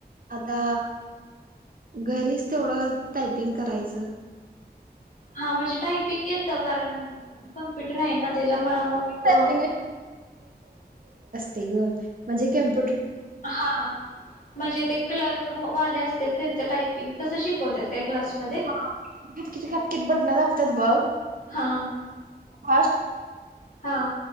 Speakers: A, on the right (about 55°); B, on the left (about 50°).
A: आता घरीच तेवढं ता करायचं
B: हा म्हणजे टायपिंग येत कारण कंप्युटर आहेना त्याच्या मुळ मग
A: टायपिंग ते ग म्हणजे केम
B: हा म्हणजे ते क्लर्क मो वाले असतात त्यांच टायपिंग तसं शिकवत्यात काय क्लासमध्ये
A: हा ककिती <unintelligible> खटकीत बटनं दाबण्यात बघ
B: हा
A: फास्ट
B: हां